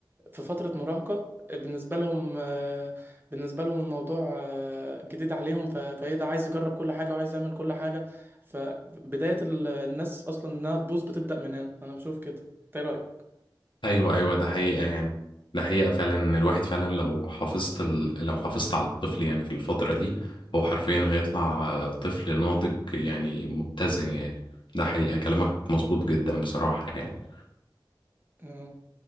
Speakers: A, on the right; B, on the left.
A: في فترة مراهقة بالنسبة لهم آه، بالنسبة لهم الموضوع آه، جديد عليهم ف- فايه ده عايز يجرب كل حاجة وعايز يعمل كل حاجة فبداية ال- الناس أصلا إنها تبوظ بتبدأ من هنا أنا بشوف كده إنت إيه رأيك؟
B: ايوه ايوه ده حقيقة يعني ده حقيقة فعلا إن الواحد فعلا لو حافظت ال... لو حافظت على الطفل يعني في الفترة دي هو حرفيا هيطلع آه، طفل ناضج يعني متزن يعني ده حقيقة كلامك مظبوط جدا بصراحة يعني
A: آه.